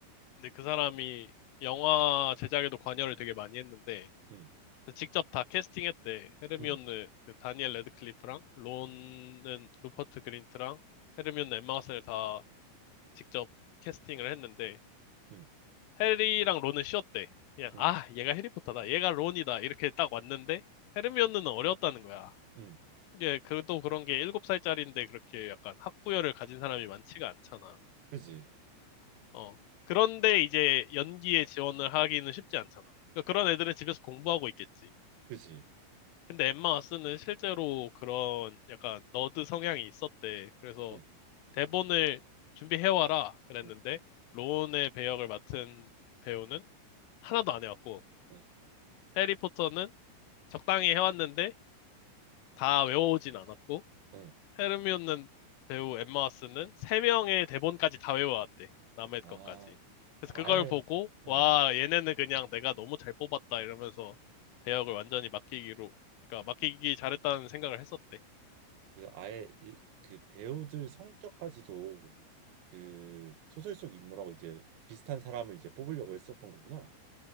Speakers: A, on the left; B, on the right.
A: 근데 그 사람이 영화 제작에도 관여를 되게 많이 했는데
B: 응,
A: 직접 다 캐스팅했대. 헤르미온느
B: 응,
A: 그 다니엘 레드클리프랑 론은 루퍼트 그린트랑 헤르미온느 엠마 왓슨을 다 직접 캐스팅을 했는데
B: 응,
A: 해리랑 론은 쉬었대. 그냥,
B: 응,
A: 아, 얘가 해리포터다. 얘가 론이다. 이렇게 딱 왔는데, 헤르미온느는 어려웠다는 거야.
B: 응.
A: 이게, 그또 그런 게 7살짜리인데 그렇게 약간 학구열을 가진 사람이 많지가 않잖아.
B: 그지,
A: 어. 그런데 이제 연기에 지원을 하기는 쉽지 않잖아. 그러니까 그런 애들은 집에서 공부하고 있겠지.
B: 그지,
A: 근데 엠마 왓슨은 실제로 그런 약간 너드 성향이 있었대. 그래서
B: 응,
A: 대본을 준비해와라 그랬는데,
B: 응,
A: 론의 배역을 맡은 배우는 하나도 안 해왔고,
B: 응,
A: 해리포터는 적당히 해왔는데 다 외워오진 않았고
B: 응.
A: 헤르미온는 배우 엠마 왓슨은 세명의 대본까지 다 외워왔대. 남의
B: 아,
A: 것까지. 그래서
B: 아예
A: 그걸 보고
B: 예,
A: 와 얘네는 그냥 내가 너무 잘 뽑았다 이러면서 배역을 완전히 맡기기로 그러니까 맡기기 잘했다는 생각을 했었대.
B: 그 아예 이, 그 배우들 성격까지도 그 소설 속 인물하고 이제 비슷한 사람을 이제 뽑으려고 했었던 거구나.